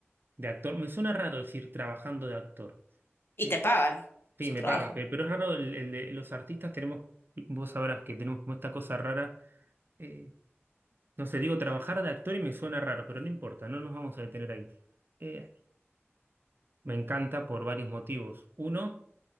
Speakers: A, on the right; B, on the left.
A: de actor, me suena raro decir trabajando de actor.
B: Y
A: Eh,
B: te pagan.
A: sí,
B: Es un
A: me
B: trabajo,
A: pagan, pe- pero, es raro, el- el de- los artistas tenemos, vos sabrás que tenemos como esta cosa rara. eh, No sé, digo, trabajar de actor y me suena raro, pero no importa, no nos vamos a detener ahí. Eh, me encanta por varios motivos. Uno,